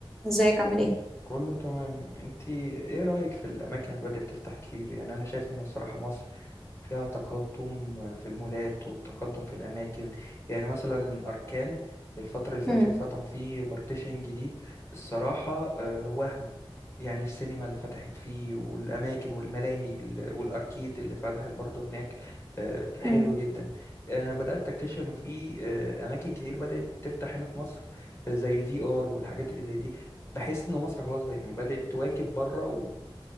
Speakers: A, in the centre; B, on the left.
A: ازيك عامل ايه
B: كله تمام انتي ايه رأيك في الأماكن اللي بدأت تفتح كتير يعني أنا شايف إنه الصراحة مصر فيها تقدم في المولات وتقدم في الأماكن يعني مثلا أركان الفترة اللي فاتت
A: مم.
B: فتحوا فيه بارتيشن جديد الصراحة آه، وهم يعني السينما اللي فتحت فيه والأماكن والملاهي ال- والأركيد اللي فتحت برضه هناك آه،
A: مم.
B: حلوة جدا أنا بدأت أكتشف إنه في آه، أماكن كتير بدأت تفتح هنا في مصر آه، زي الفي آر والحاجات اللي زي دي بحس إن مصر خلاص بقى يعني بدأت تواكب بره